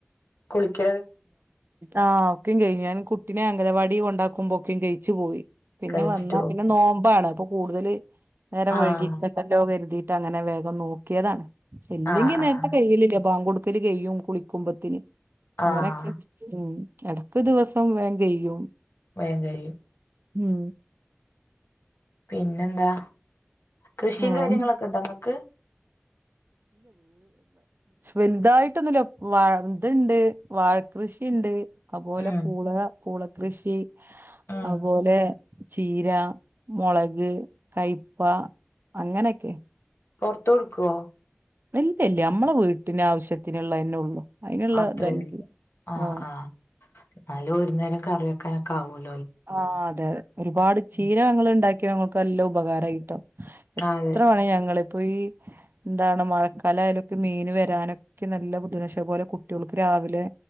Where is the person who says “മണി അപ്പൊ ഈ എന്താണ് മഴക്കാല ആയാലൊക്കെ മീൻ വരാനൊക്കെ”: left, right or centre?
Right